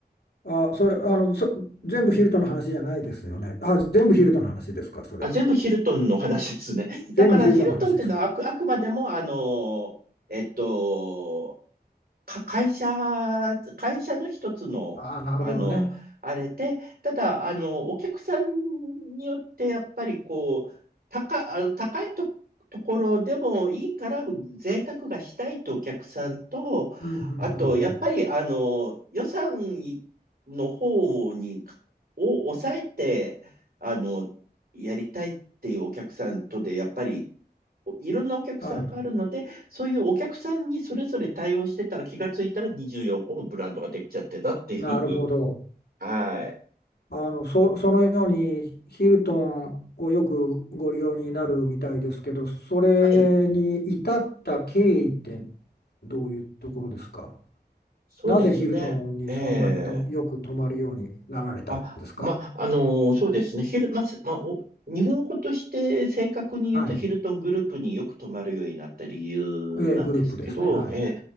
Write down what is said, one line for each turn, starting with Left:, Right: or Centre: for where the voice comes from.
Left: あ、それ、あの、そ全部ヒルトの話じゃないですよね。あ、全部ヒルトの話ですか、それは。
Right: あ、全部ヒルトンの話ですね。だからヒルトンっていうのはあく、
Left: 全部ヒルトの話ですか。
Right: あくまでも、あの、えっと、か、会社、会社の一つの、
Left: ああ、なるほどね。
Right: あの、あれで、ただ、あの、お客さんによって、やっぱりこう、高、あの、高いと、ところでもいいから、贅沢がしたいとお客さんと、
Left: うん、うん、う
Right: あと、やっぱり、
Left: ん、
Right: あの、予算の方に、を抑えて、あの、やりたいっていうお客さんとで、やっぱりいろんなお客さんがあるので、
Left: うん。はい。
Right: そういうお客さんにそれぞれ対応してたら気がついたら24個もブランドができちゃってたっていう。
Left: なるほど。
Right: はい。
Left: あの、そ、そのようにヒルトンをよくご利用になるみたいですけど、それに至った経緯って
Right: はい。
Left: どういうところですか
Right: そうですね。
Left: なぜヒルトンにそんなにとよく泊まるようになられたんですか
Right: ええあ、ま、あのーそうですね。ヒル、ま、すま、お、日本語として正確に言うとヒルトングループによく泊まるようになった理由なんですけど、
Left: はい。ええ、グループですね。はい。
Right: ええ